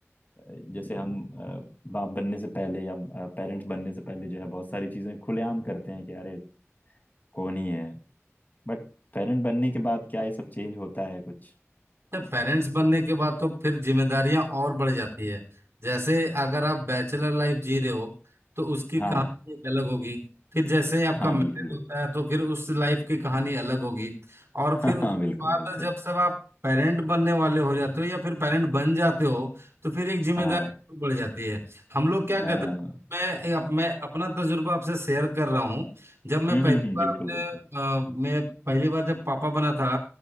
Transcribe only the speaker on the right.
तो पेरेंट्स बनने के बाद तो फिर जिम्मेदारियां और बढ़ जाती है जैसे अगर आप बैचलर लाइफ जी रहे हो तो उसकी
हाँ कहानी एक अलग होगी फिर जैसे ही आपका
मैरिड
होता है तो फिर उस लाइफ की कहानी अलग होगी और फिर
उसके
बाद
जब सब आप पेरेंट बनने वाले हो जाते हो या फिर पेरेंट बन जाते हो तो फिर एक जिम्मेदारी
और बढ़ जाती है हम लोग क्या कहते
हैं मैं अप, मैं अपना तजुर्बा आपसे शेयर कर रहा हूँ जब मैं
पहली
बार
अपने
अ, मैं पहली बार जब पापा बना था